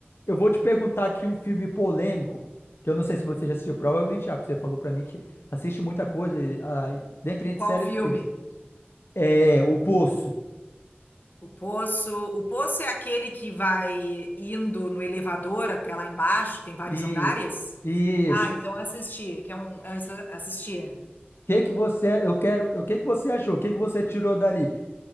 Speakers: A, on the left; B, on the left.
A: Eu vou te perguntar aqui um filme polêmico, que eu não sei se você já assistiu, provavelmente já, porque você falou pra mim que assiste muita coisa, e, ah, dentre entre
B: Qual
A: séries
B: filme?
A: e filmes. É, O Poço.
B: O Poço. O Poço é aquele que vai indo no elevador até lá embaixo, tem vários
A: Isso.
B: andares?
A: Isso.
B: Ah, então eu assisti, que é um, eu assisti.
A: O que que você, eu quero, o que que você achou? O que que você tirou dali?